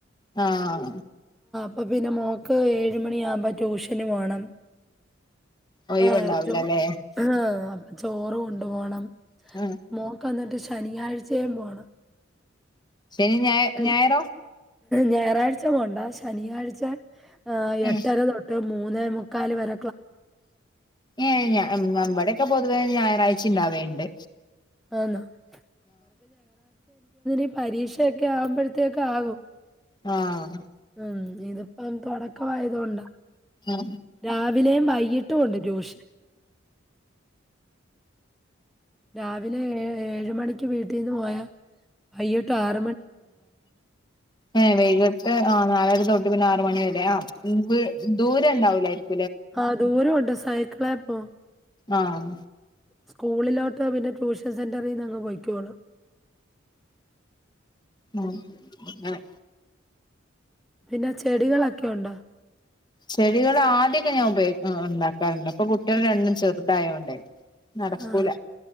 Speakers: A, on the left; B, in the centre.
A: ആഹ
B: അപ്പൊ പിന്നെ മോക്ക് ഏഴ മണി ആകുമ്പോ ട്യൂഷന് വേണം
A: ഒഴിവുണ്ടാവൂലല്ലേ
B: ആഹ ആഹ ചോറ് കൊണ്ടു പോണം
A: ആ
B: മോക്ക് വന്നിട്ട് ശനിയാഴ്ചയും പോണം
A: ശനി ഞായ
B: ശനി
A: ഞായറോ
B: ഞായറാഴ്ച കൊണ്ട ശനിയാഴ്ച
A: ഏ
B: എട്ടര തൊട്ട് മൂന്ന മുക്കാല് വര
A: ഏ നമ്മടെക്കെ പൊതുവേ ഞായറാഴ്ച ഉണ്ടാവേണ്ട്
B: ആന്നാ <unintelligible> <inaudible> പരീക്ഷയൊക്കെ ആവുമ്പോഴത്തേക്ക ആകും
A: ആഹ
B: ഉം. ഇതിപ്പം തുടക്ക ആായതൊണ്ടാ
A: ആ
B: രാവിലെ വൈകിട്ട കൊണ്ട് ജോഷ രാവിലെ ഏ ഏഴ മണിക്ക് വീട്ടിൽന്ന് പോയാ വയ്യോട്ട് ആറ്
A: ഏ വൈകിട്ട് ആ നാലര തൊട്ട് പിന്നെ ആറ മണി വരെ ആ ദൂരെ ഉണ്ടാവില്ലായിരിക്കും
B: ആഹ ദൂരമുണ്ട് സൈക്കിളാപ്പോ
A: ആഹ
B: സ്കൂളിലോട്ട് പിന്നെ ട്യൂഷൻ സെന്ററിൽന്ന് അങ്ങ് പോയികൊള്ളും
A: ഉം അങ്ങനെ
B: പിന്നെ ചെടികളൊക്കെ ഉണ്ടോ
A: ചെടികൾ ആദ്യമൊക്കെ ഞാൻ ഉപയോഗ ഉണ്ടാക്കാറുണ്ട് അപ്പൊ കുട്ടികൾ രണ്ടും ചെറുതായ കൊണ്ട നടക്കൂല
B: ആ.